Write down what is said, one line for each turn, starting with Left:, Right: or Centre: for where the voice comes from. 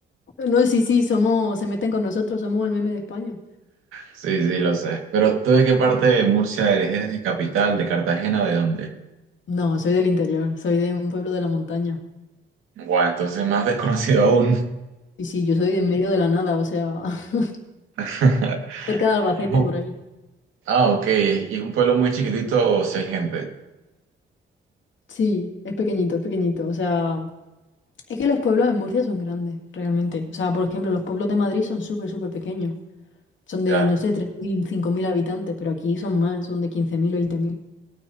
Left: No, sí, sí, somos, se meten con nosotros, somos el meme de España.
Right: Sí, sí, lo sé. Pero ¿tú de qué parte de Murcia eres? ¿Eres de capital, de Cartagena, de dónde?
Left: No, soy del interior, soy de un pueblo de la montaña.
Right: Guau, entonces más desconocido aún.
Left: Y sí, yo soy de en medio de la nada, o sea, <laughs>
Right: <laughs>
Left: cerca de Albacete
Right: No.
Left: por ahí.
Right: Ah, ok. Y es un pueblo muy chiquitito, seis gente.
Left: Sí, es pequeñito, es pequeñito, o sea, Es que los pueblos de Murcia son grandes, realmente. O sea, por ejemplo, los pueblos de Madrid son súper, súper pequeños. Son de,
Right: Ya.
Left: no sé, tres mil, cinco mil habitantes, pero aquí son más, son de 15.000 o 20.000.